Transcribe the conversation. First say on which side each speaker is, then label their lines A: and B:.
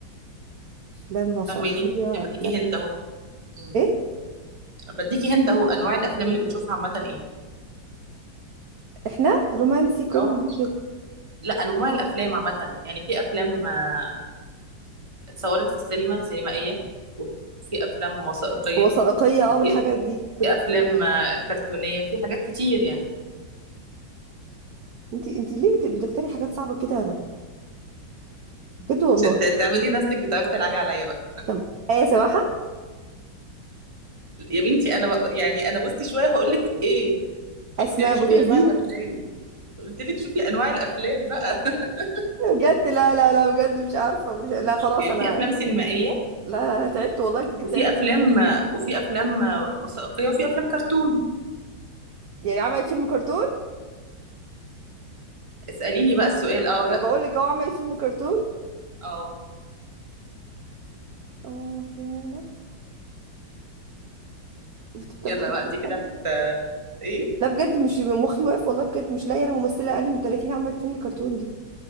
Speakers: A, on the right; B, on the right.
A: أفلام وثائقية
B: فاهماني يعني
A: أفلام
B: بديكي هنت اهو مم.
A: إيه
B: بديكي هنت اهو انواع الافلام اللي بنشوفها عامه ايه
A: إحنا رومانسي كوميدي
B: اه
A: كده
B: لا انواع الافلام عامه يعني في افلام آه، اتصورت في السينما سينمائية وفي أفلام وثائقية
A: وثائقية
B: وفي
A: أه والحاجات دي
B: في أفلام آه، كرتونية في حاجات كتير يعني
A: أنت أنت ليه بت- بتختاري حاجات صعبة كده يا رنا بجد والله
B: عشان ت- تعملي نفسك بتعرفي تلعبي عليا بقى
A: طب ايه سماحة
B: يا بنتي أنا بقى يعني أنا بصي شوية هقول لك إيه قلت
A: اسماء
B: لك
A: ابو
B: شوفي
A: اليزيد
B: أنواع الأفلام قلت لك شوفي أنواع الأفلام بقى <laughs>
A: بجد لا لا لا بجد مش عارفه مش لا خلاص
B: يعني
A: انا
B: في
A: لا
B: أفلام سينمائية
A: لا انا تعبت والله بجد
B: وفي
A: تعبت
B: أفلام
A: كتير
B: آه، وفي أفلام آه، وثائقية وفي أفلام كرتون
A: يعني عملت فيلم كرتون
B: اسأليني بقى السؤال أه ولا
A: انا بقول لك اهو عملت فيلم كرتون
B: أه
A: اه يا انا بتبقى
B: يلا
A: حرف
B: بقى
A: الألف.
B: دي كده هت إيه
A: لا بجد مش مخي واقف والله بجد مش لاقيه انا ممثله اقل من 30 عملت فيلم كرتون دي